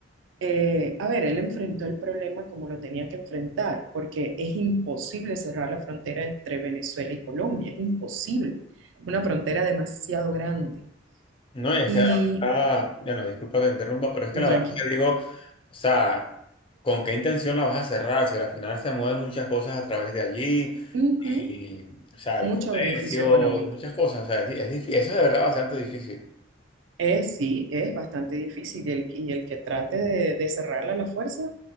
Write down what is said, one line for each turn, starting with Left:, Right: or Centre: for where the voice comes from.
Right: Eh, a ver, él enfrentó el problema como lo tenía que enfrentar, porque es imposible cerrar la frontera entre Venezuela y Colombia, es imposible. Una frontera demasiado grande
Left: No, y es
Right: y
Left: que la verdad... Bueno, disculpa que te interrumpa, pero es que la
Right: tranquilo.
Left: verdad que digo... O sea, ¿con qué intención la vas a cerrar? Si al final se mueven muchas cosas a través de allí.
Right: Ujú,
Left: Y, o sea,
Right: Mucho
Left: el comercio,
Right: beneficio económico.
Left: muchas cosas. O sea, es, di- es difí- Eso es de verdad bastante difícil.
Right: Es, sí, es bastante difícil y el, y el que trate de, de cerrarla a la fuerza,